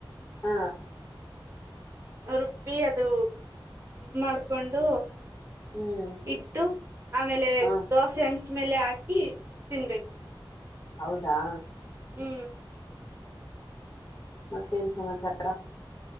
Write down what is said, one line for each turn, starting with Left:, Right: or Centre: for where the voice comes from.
Left: ಹಾ
Right: ರುಬ್ಬಿ ಅದು ಮಾಡ್ಕೊಂಡು
Left: ಹ್ಮ್
Right: ಇಟ್ಟು ಆಮೇಲೆ
Left: ಹ
Right: ದೋಸೆ ಹಚ್ ಹಂಚ ಮೇಲೆ ಹಾಕಿ ತಿನ್ಬೇಕು
Left: ಹೌದಾ
Right: ಹೂಂ
Left: ಮತ್ತೇನ್ ಸಮಾಚಾರ